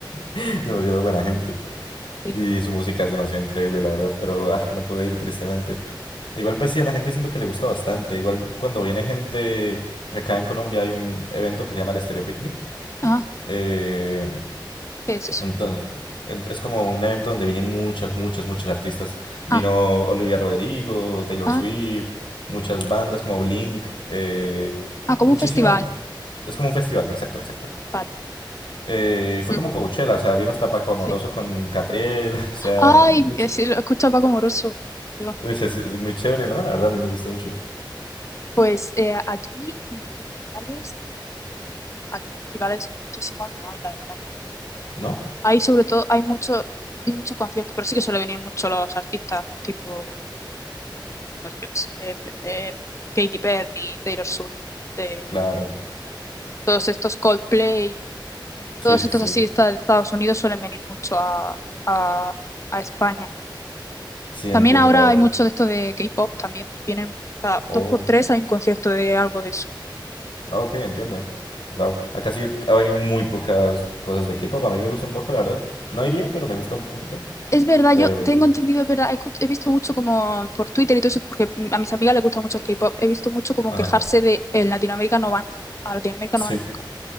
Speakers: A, on the left; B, on the left.
A: <laughs> demasiado buena gente.
B: sí.
A: Y su música es demasiado increíble, la verdad. Pero, ah, no pude ir tristemente. Igual, pues sí, a la gente siento que le gusta bastante. Igual, cuando viene gente... Acá en Colombia hay un evento que se llama el Stereo Picnic.
B: Ah,
A: Eh,
B: ¿qué es eso?
A: Entonces, ent- es como un evento donde vienen muchas, muchas, muchas artistas. Vino
B: Ah,
A: Olivia Rodrigo, Taylor
B: ah,
A: Swift, muchas bandas como Blink, eh,
B: ah, como
A: muchísimo.
B: un festival,
A: Es como un festival, exacto, exacto.
B: vale.
A: Eh, fue
B: ujú,
A: como Coachella, o sea, vino hasta Paco Amoroso
B: sí.
A: con Catriel, <laughs> o sea,
B: Ay,
A: much-
B: eh, sí, lo escucho a Paco Moroso. Digo,
A: uy, sí, sí, muy chévere, ¿no? La verdad, a mí me gusta mucho.
B: Pues eh, aquí festivales, aquí festivales muchísimos no hay, la verdad.
A: ¿No?
B: Hay sobre todo, hay muchos muchos conciertos, pero sí que suele venir mucho los artistas tipo, no sé, yo qué sé, eh, eh, Katy Perry, Taylor Swift, eh,
A: Claro.
B: todos estos Coldplay,
A: Sí,
B: todos
A: sí,
B: estos
A: sí.
B: así esta- de Estados Unidos suelen venir mucho a, a, a España.
A: Sí,
B: También
A: entiendo,
B: ahora
A: la verdad.
B: hay mucho de esto de K-pop también. Vienen cada
A: Oh.
B: dos por tres hay un concierto de algo de
A: Ah, ok, entiendo. Wow. Acá sí ha venido muy pocas cosas de K-pop. A mí me gusta un poco, la verdad. No iría, pero me gusta un poquito.
B: Es verdad,
A: Pero,
B: yo tengo entendido, es verdad, he, escuch- he visto mucho como por Twitter y todo eso, porque mm, a mis amigas les gusta mucho el K-pop, he visto mucho como
A: ajá.
B: quejarse de en Latinoamérica no van, a Latinoamérica
A: Sí,
B: no van nunca.